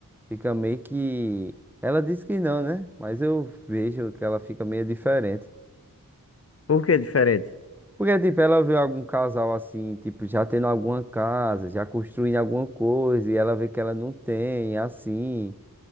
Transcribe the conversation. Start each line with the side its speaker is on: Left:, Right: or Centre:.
Centre: Fica meio que. Ela disse que não, né? Mas eu vejo que ela fica meio diferente.
Left: Por que é diferente?
Centre: Porque, tipo, ela vê algum casal assim, tipo, já tendo alguma casa, já construindo alguma coisa, e ela vê que ela não tem, assim.